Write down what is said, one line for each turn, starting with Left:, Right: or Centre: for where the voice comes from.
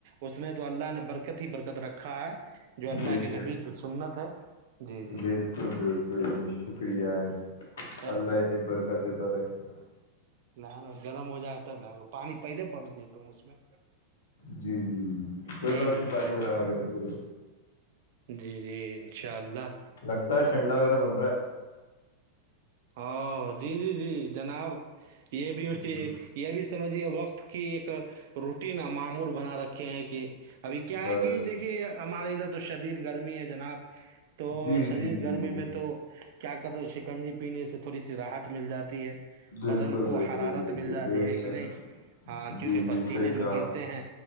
Right: اس میں تو اللہ نے برکت ہی برکت رکھا ہے جو اللہ
Left: بے
Right: کے
Left: شک
Right: نبی کی سنت ہے جی جی
Left: بالکل بالکل شکریہ <inaudible>
Right: اہ،
Left: اللہ حس برک دی تار <unintelligible>
Right: نہ ن گرم ہو جائے گا تب لاو پانی پہلے بڑ دے ت اس میں
Left: جی جی جی جی کوئی
Right: جی
Left: بات
Right: جی
Left: نہیں پانی
Right: جی
Left: بروا گیا تو پ
Right: جی جی انشاء اللہ
Left: لگت ہے چھڈا وغیرہ بنرا
Right: ا جی جی جی جناب یہ بھی
Left: ہے
Right: یہ بھی سمجھیے وقت کی ایک روٹین معمور بنا رکھے ہیں کہ ابھی کیا
Left: بس
Right: ہے کہ دیکھیے ہمارے ادھر تو شدید گرمی ہے جناب تو
Left: جی
Right: شدید
Left: جی جی
Right: گرمی
Left: جی
Right: میں تو کیا کہتے شکنجی پینے سے تھوڑی سی رحت مل جاتی ہے بدن
Left: بالکل
Right: کو
Left: بالکل
Right: حرارت
Left: بالکل
Right: مل جاتی
Left: بے
Right: ہے کہ
Left: شک
Right: نہیں ہاں کیونکہ
Left: جی
Right: پسینے
Left: جی صحیح
Right: جو
Left: کہا
Right: گرتے
Left: آپ۔
Right: ہیں